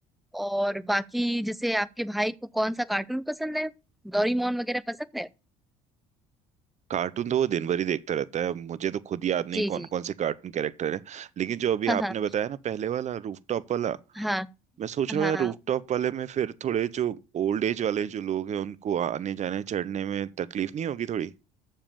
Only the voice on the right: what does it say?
कार्टून तो वो दिन भर ही देखता रहता है मुझे तो खुद याद नहीं
कौन
कौन से कार्टून कैरेक्टर हैं लेकिन जो अभी
आपने
बताया ना पहले वाला रूफटॉप वाला
मैं सोच
रहा हूँ यार
रूफटॉप वाले में फिर थोड़े जो ओल्ड एज वाले जो लोग हैं उनको आने जाने चढ़ने में तकलीफ नहीं होगी थोड़ी